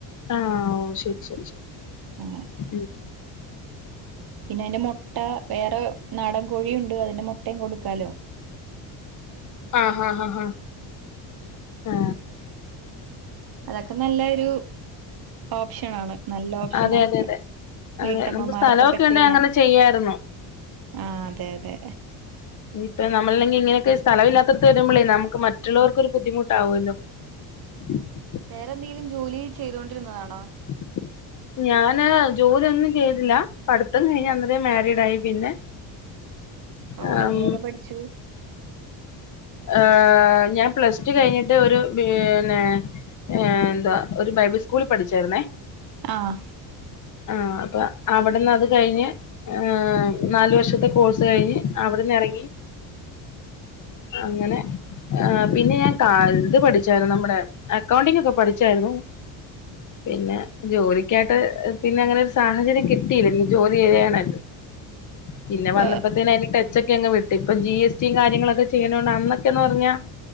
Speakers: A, on the left (about 40°); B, on the right (about 50°).
A: ആഹ് ഓ ശരി ശരി ശരി.
B: അങ്ങനെ
A: ഉം
B: പിന്നെ അയിന്റെ മൊട്ട വേറെ നാടൻ കോഴിയുണ്ട് അതിന്റെ മുട്ടയും കൊടുക്കാലോ.
A: ആഹ് ആഹ് ഹ ഹ ആ.
B: അതൊക്കെ നല്ലൊരു ഓപ്ഷനാണ്. നല്ല ഓപ്ഷന
A: അതെ
B: ആക്കെ
A: അതെ അതെ അതെ
B: വീട്ടമ്മമാർക്കൊക്കെ
A: നമുക്ക് സ്ഥലമൊക്കെ ഉണ്ടെ
B: ചെയ്യാൻ.
A: അങ്ങനെ ചെയ്യായിരുന്നു
B: ആഹ് അതെ അതെ.
A: ഇപ്പം നമ്മളെങ്കിൽ ഇങ്ങനൊക്കെ സ്ഥലവില്ലാത്തടത്ത് വരുമ്പളെ നമുക്ക് മറ്റുള്ളവർക്ക് ഒരു ബുദ്ധിമുട്ടാവുല്ലോ. ഉ <unintelligible>
B: വേറെ എന്തെങ്കിലും ജോലി ചെയ്തോണ്ടിരുന്നതാണോ.
A: <unintelligible> ഞാന് ജോലി ഒന്നും ചെയ്തില്ല പഠിത്തം കഴിഞ്ഞ് വന്നതേ മാരീഡായി പിന്നെ.
B: ഓ
A: ആം,
B: എതുവരെ പഠിച്ചു.
A: അഹ് ഞാൻ പ്ലസ് ടു കഴിഞ്ഞിട്ട് ഒരു പീ ന്നെ. ഏ എന്തുവ ഒരു ബൈബിൾ സ്കൂളിൽ പഠിച്ചായിരുന്നേ.
B: അഹ്
A: ആഹ് അപ്പൊ അവടന്ന് അത് കഴിഞ്ഞ്. അഹ് നാലു വർഷത്തെ കോഴ്സ് കഴിഞ്ഞ് അവടന്ന് എറങ്ങി. അങ്ങനെ. ആഹ് പിന്നെ ഞാൻ കാ ഇത് പഠിച്ചായിരുന്നു നമ്മുടെ അകൗണ്ടിങ്ങ് ഒക്കെ പഠിച്ചായിരുന്നു. <unintelligible> പിന്നെ ജോലിക്കായ്ട്ട് പിന്നെ അങ്ങനെ ഒരു സാഹചര്യം കിട്ടില്ല ഇനി ജോലി ചെയ്യാണേ പിന്നെ
B: ഇപ്പ
A: വന്നപ്പോത്തേന്നെ അതിന്റെ ടച്ചൊക്കെ അങ്ങ് വിട്ട് ഇപ്പം ജി എസ് ടിം കാര്യങ്ങളൊക്കെ ചെയ്യ്ണോണ്ട് അന്നൊക്കെന്ന് പർഞ്ഞ